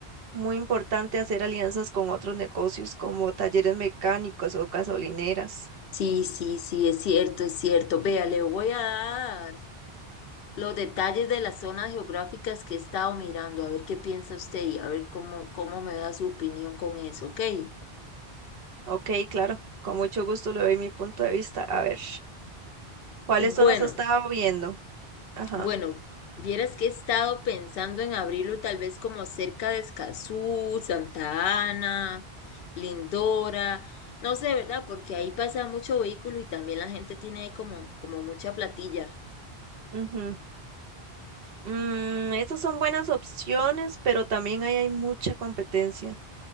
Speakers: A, on the right; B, on the left.
A: muy importante, hacer alianzas con otros negocios como talleres mecánicos o gasolineras.
B: Sí, sí, sí, es cierto, es cierto. Vea, le voy a dar los detalles de las zonas geográficas que he estado mirando, a ver qué piensa usted y a ver cómo, cómo me da su opinión con eso, ¿ok? Eh,
A: Ok, claro, con mucho gusto le doy mi punto de vista. A ver, ¿cuáles
B: Bueno,
A: zonas has estado viendo? Ajá.
B: bueno, vieras que he estado pensando en abrirlo tal vez como cerca de Escazú, Santa Ana, Lindora, no sé, ¿verdad? Porque ahí pasa mucho vehículo y también la gente tiene como, como mucha platilla.
A: ujú. Mm, estas son buenas opciones, pero también ahí hay mucha competencia.